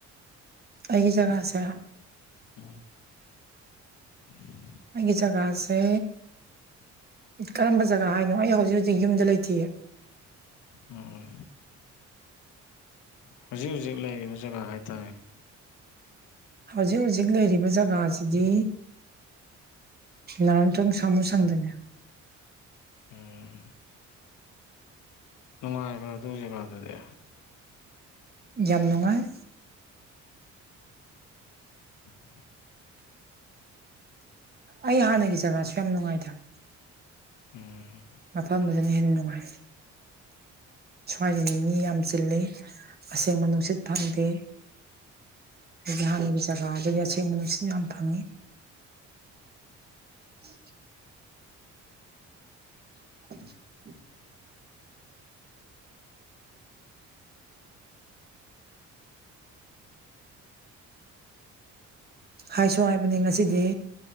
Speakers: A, on the right; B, on the left.
A: ꯑꯩꯒꯤ ꯖꯒꯥꯁꯦ
B: ꯎꯝ ꯎꯝ
A: ꯑꯩꯒꯤ ꯖꯒꯥꯁꯦ ꯀꯔꯝꯕ ꯖꯒꯥ ꯍꯥꯏꯅꯣ ꯑꯩ ꯍꯧꯖꯤꯛ ꯍꯧꯖꯤꯛ ꯌꯨꯝꯗ ꯂꯩꯇꯌꯦ
B: ꯑꯣ ꯍꯧꯖꯤꯛ ꯍꯧꯖꯤꯛ ꯂꯩꯔꯤꯕ ꯖꯒꯥ ꯍꯥꯏꯇꯥꯔꯦ
A: ꯍꯧꯖꯤꯛ ꯍꯧꯖꯤꯛ ꯂꯩꯔꯤꯕ ꯖꯒꯥ ꯉꯥꯁꯤꯗꯤ ꯅꯔꯟꯊꯪ ꯁꯥꯃꯨ ꯁꯪꯗꯅꯦ
B: ꯎꯝ ꯅꯨꯡꯉꯥꯏꯕ꯭ꯔ ꯑꯗꯨ ꯖꯒꯥꯗ ꯑꯗꯦ
A: ꯝ ꯅꯨꯡꯉꯥꯏ
B: <unintelligible>
A: ꯑꯩ ꯍꯥꯟꯅꯒꯤ ꯖꯒꯥꯁꯨ ꯌꯥꯝ ꯅꯨꯡꯉꯥꯏꯇ꯭ꯔꯦ
B: ꯎꯝ
A: ꯃꯐꯝꯗꯅ ꯍꯦꯟꯅ ꯅꯨꯡꯉꯥꯏ ꯁ꯭ꯋꯥꯏꯁꯤꯗꯤ ꯃꯤ ꯌꯥꯝ ꯆꯤꯜꯂꯤ ꯑꯁꯦꯡꯕ ꯅꯨꯡꯁꯤꯠ ꯐꯪꯗꯦ ꯌꯥꯍꯅ ꯆꯒ ꯑꯗꯨ ꯦꯡꯂꯤꯁꯤꯅ ꯌꯥꯝꯝ ꯊꯪꯉꯤ ꯎꯝ <unintelligible> ꯍꯥꯏꯁꯨ ꯍꯥꯏꯕꯅꯤ ꯉꯁꯤꯗꯤ